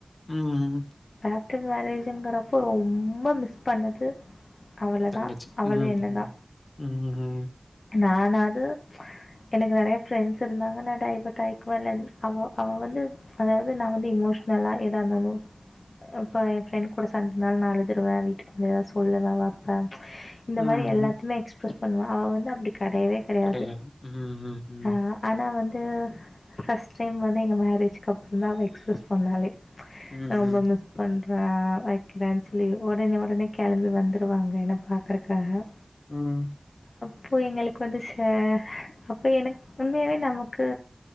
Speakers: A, on the left; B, on the left.
A: ம் ம்
B: ஆப்டர் மேரேஜ்ங்குறப்போ ரொம்ப மிஸ் பண்ண து அவளதா
A: தங்கச்சி
B: அவள
A: ம்
B: என்னதா
A: ம் ம் ம்
B: நானாது எனக்கு நெறைய ரெண்ட்ஸ் இருந்தாங்க <unintelligible> அவ அவ வந்து அதாவது நா வந்து எமோஷனல் நல்லா எதா இருந்தாலு இப்போ ஏ ஃப்ரெண்ட் கூட சண்டனாலு நா அழுதுருவே வீட்டுக் த சொல்லுவ வப்பே இந்த
A: ம்
B: மாரி எல்லாத்தமே
A: ம்
B: எக்ஸ்பிரஸ் பண்ணுவ அவ வந்து அப்டி கெடையவே கெடையாது
A: கிடையாது ம் ம் ம்
B: ஆ ஆனா வந் து ஃபர்ஸ்ட் டைம் வந்து எங்க மேரேஜ்கக்கு அப்புறந்தா அவள் எக்ஸ்போஸ் பண்ணாலே
A: ம்
B: ரொம்ப
A: ம்
B: மிஸ் பண்றே வைக்கிறே சொல்லி ஒடனே ஒடனே கெளம்பி வந்துருவாங்க என்ன பாக்கறக்காக
A: ம்
B: ப்போ எங்களுக்கு வந்து ச அப்ப எனக்கு உண்மையாவே நமக்கு